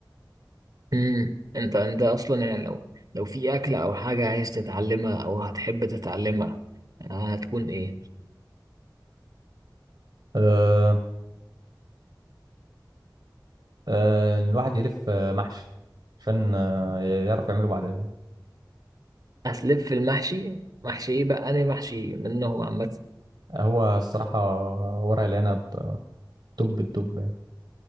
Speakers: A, on the right (about 55°); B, on the right (about 70°).
A: امم انت انت اصلا يعني لو لو في اكله او حاجه عايز تتعلمها او هتحب تتعلمها آه، هتكون ايه
B: آه، آه، الواحد يلف آه، محشي عشان آه، يعرف يعمله بعدين
A: هتلف في المحشي محشي ايه بقى انا محشي منهم عامه
B: هو الصراحة ورق العنب آه، توب التوب يعني